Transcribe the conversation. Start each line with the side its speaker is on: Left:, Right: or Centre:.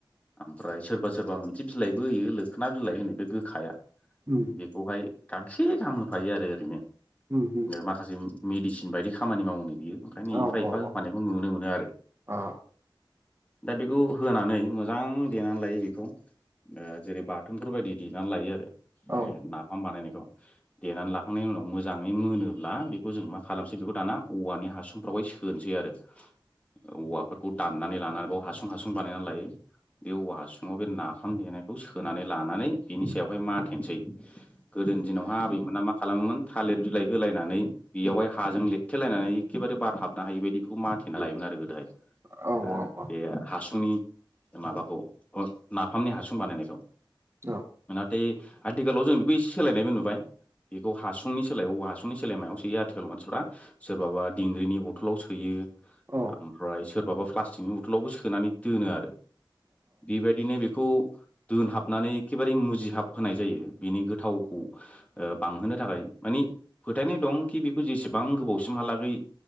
Left: ओमफ्राय सोरबा सोरबा मोनसे बिलाइबो होयो लोखोना बिलाइ होनाय बे गोखाया
Right: उम
Left: बेखौहाय गांसे गाहाम होफायो आरो ओरैनो
Right: उम उम
Left: माखासे मेडिसिन बायदि खामानि मावनो बियो ओंखायनो
Right: औ
Left: एफा एफा
Right: औ औ
Left: फानायखौ नुनो मोनो आरो।
Right: आ
Left: दा बेखौ होनानै मोजां देनानै लायो बेखौ ओ जेरै बाथोनफोर बायदि देनानै लायो आरो
Right: औ
Left: बे नाफाम बानायनायखौ। देनानै लाखांनायनि उनाव मोजाङै मोनोब्ला बेखौ जों मा खालामसै बेखौ दाना औवानि हासुंफ्रावाय सो सोनोसै आरो औवाफोरखौ दाननानै लानानै बाव हासुं हासुं बानायनानै लायो। बे औवा हासुङाव बे नाफाम देनायखौ सोनानै लानानै बिनि सायावहाय माथेनोसै। गोदोनि दिनावहा आबैमोना मा खालामोमोन थालिर बिलाइ होलायनानै बेयावहाय हाजों लिरथेलायनानै एखेबारे बार हाबनो हायि बायदि माथेना लायोमोन आरो गोदोहाय
Right: औ
Left: ओ
Right: औ
Left: बे आरो हासुं सुंनि माबाखौ नाफामनि हासुं बानायनायखौ।
Right: औ‌।
Left: नाथाय आथिखालाव जों बेखौ एसे सोलायनायबो नुबाय। बेखौ हासुंनि सोलायायाव औ हासुंनि सोलाय मायाव सोयो आथिखाल मानसिफोरा सोरबाबा दिंग्रिनि बथलाव सो सोयो
Right: औ
Left: ओमफ्राय सोरबाबा प्लास्टिकनि बथलावबो सोनानै दोनो आरो। बेबायदिनो बे खौ दोनहाबनानै एखेबारे मुजिहाब होनोनाय जायो बेनि गोथावखौ ओ बांहोनो थाखाय मानि फोथायनाय दं कि बेखौ जेसेबां गोबावसिमहालागै